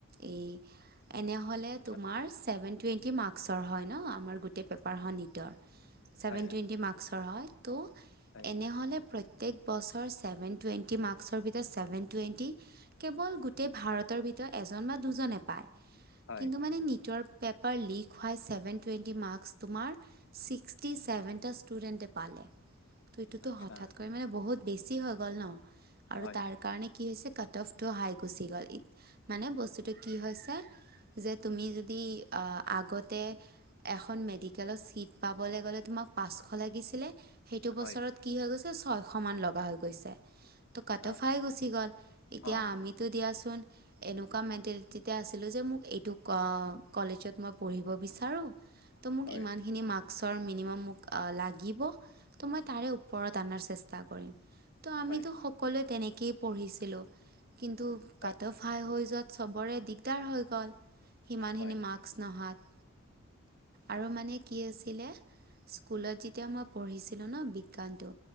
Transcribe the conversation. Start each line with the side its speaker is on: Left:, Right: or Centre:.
Right: এই এনেহলে
Left: আচ্ছা,
Right: তোমাৰ চছেভেন টুৱেণ্টি মাৰ্কচৰ হয় ন আমাৰ গোটেই পেপাৰ হ ট চেভেন
Left: হয় হয়।
Right: টুৱেন্টি মাৰ্কৰ হয় টো
Left: হয়,
Right: এনেহলে পত্য প্ৰত্যেক বছৰ ছেভেন টুৱেণ্টি মাৰ্কসৰ ভিতৰত চেভেন টুৱেণ্টি কেৱল গোটেই ভাৰতৰ ভিত ত এজন বা দুজনে পাই
Left: হয়।
Right: কিন্ত মানে নিত্য পেপাৰ লিক হোৱাই চেভেন টুৱেন্টি মাৰ্ক তোমাৰ চিশটি চেভেন টা ষ্টুডেণ্টে পালে। ত এইটোতো
Left: আচ্ছা,
Right: হঠাৎকৈ মানে বহুত বেছি হৈ গ'ল ন আৰু
Left: হয়,
Right: তাৰ কাৰণে কি হৈছে কাট অফটো হাই গুচি গ'ল। মানে বস্তুটো কি হৈছে যে তুমি যদি আহ আগতে এখন মেডিকেলত চিট পাবলৈ গলে তুমাক পাঁচশ লাগিছিলে সেইটো
Left: হয়।
Right: বছৰত কি হৈ ছয়শ মান লগা হৈ গৈছে। ত কটোফাই
Left: আচ্ছা,
Right: গুচি গ'ল এতিয়া
Left: অ',
Right: আমিতো দিয়াচোন। এনেকুৱা মেন্তেলিটিতে আ ছিলো যে মোক এই টো কলেজট। মই পঢ়িব বিচাৰো। ত মোক
Left: হয়,
Right: ইমান খিনি মাক সৰ মিনিমাম মোক লাগিব ত' মই তাৰে ওপৰত অনাৰ চেষ্টা কৰিম। ত' আমিতো
Left: হয়,
Right: সকলোৱে তেনেকেই পঢ়িছিলো কিন্তু
Left: হয়,
Right: কাটফাই হৈ যত চবৰে দিগদাৰ হৈ গ'ল সিমানখিনি
Left: হয়,
Right: মাস্ক নহাত আৰু মানে কি আছিলে। স্কুলত যেতিয়া মই পঢ়িছিলো ন বিজ্ঞানটো।